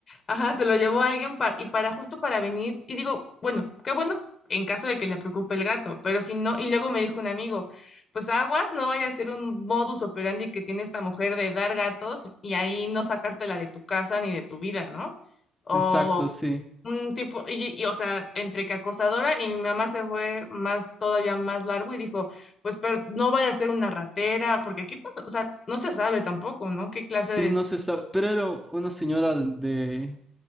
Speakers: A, on the left (about 45°); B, in the centre.
A: Ajá, se lo llevó a alguien para, y para justo para venir. Y digo, bueno, qué bueno en caso de que le preocupe el gato, pero si no, y luego me dijo un amigo, pues aguas, no vaya a ser un modus operandi que tiene esta mujer de dar gatos y ahí no sacártela de tu casa ni de tu vida, ¿no? O
B: Exacto, sí.
A: un tipo, y, y, o sea, entre que acosadora y mi mamá se fue más, todavía más largo y dijo, pues pero no vaya a ser una ratera, porque aquí, pues, o sea, no se sabe tampoco, ¿no? ¿Qué clase
B: Sí,
A: de...
B: no se sabe. ¿Pero era una señora de,